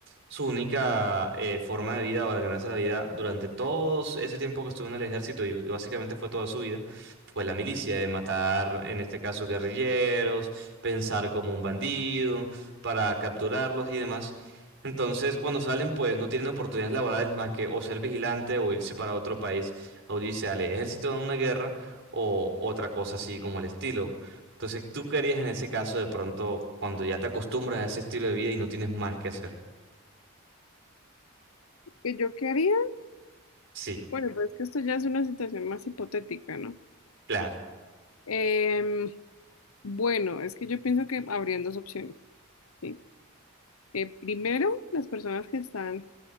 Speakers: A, on the right (about 60°); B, on the left (about 80°).
A: su única eh, forma de vida o de ganarse la vida durante todo ese tiempo que estuvo en el ejército y básicamente fue toda su vida, fue la milicia, de matar, en este caso, guerrilleros, pensar como un bandido, para capturarlos y demás. Entonces, cuando salen, pues no tienen oportunidades laborales más que o ser vigilante o irse para otro país o irse al ejército a una guerra o otra cosa así como el estilo. Entonces, ¿tú qué harías en ese caso de pronto cuando ya te acostumbras a ese estilo de vida y no tienes más que hacer?
B: ¿Que yo qué haría?
A: Sí,
B: Bueno, pero es que esto ya es una situación más hipotética, ¿no?
A: claro.
B: Em, bueno, es que yo pienso que habrían dos opciones. ¿sí? Eh, primero, las personas que están